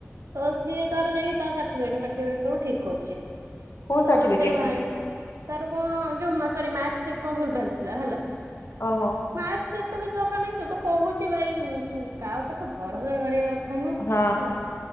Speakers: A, on the right; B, on the left.
A: ତ ସିଏ ତାର ଯାଇକି ତା ଫାଟି ବେଟ ସବୁ ଠିକ କରୁଛି
B: କୋଉ
A: ତ
B: ସାର୍ଟିଫିକେଟ
A: ସେ ଭାଇ
B: କି
A: ତାର କଣ ଯୋଉରି ମାରକ୍ସିଟ କଣ ଭୁଲ ଭାଲଥିଲା ହେଲା।
B: ଓହୋ।
A: ମାର୍କ ସିଟ ତ କିଛି ଦରକାର ନାହିଁ ସେ ତ କହୁଚି ଭାଇ କାହା ଉପରେ ତ ଭରସା କରିବା କଥା ନୁହଁ।
B: ହଁ।
A: ହେଲା